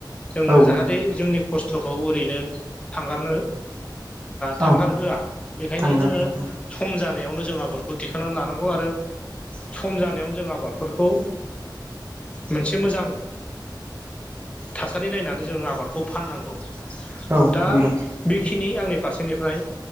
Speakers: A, on the left (about 15°); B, on the right (about 30°).
A: जोङो
B: औ
A: जाहाथे जोंनि खस्थ'खौ ओरैनो थांगारनो थांगारहोआ
B: औ
A: बेखायनो
B: थांगार
A: जोङो
B: होला औ
A: सम जानायावनो जों आबादखौ दिखांनानै लानांगौ आरो सम जानायावनो जों आबादफोरखौ मोनसे मोजां थासारि नायनानै जोङो आबादखौ फाननांगौ
B: औ
A: दा
B: नंगौ
A: बेखिनि आंनि फारसेनिफ्राय